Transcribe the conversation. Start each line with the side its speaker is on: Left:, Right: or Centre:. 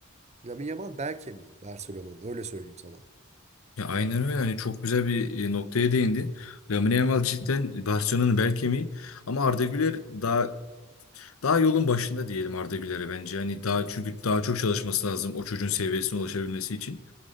Right: Lamine Yamal bel kemiği Barcelona'nın öyle söyleyeyim sana.
Left: Ya aynen öyle. Hani çok güzel bir e, noktaya değindin. Lamine Yamal cidden Barcelona'nın bel kemiği ama Arda Güler daha daha yolun başında diyelim Arda Güler'e bence. Hani daha çünkü daha çok çalışması lazım o çocuğun seviyesine ulaşabilmesi için.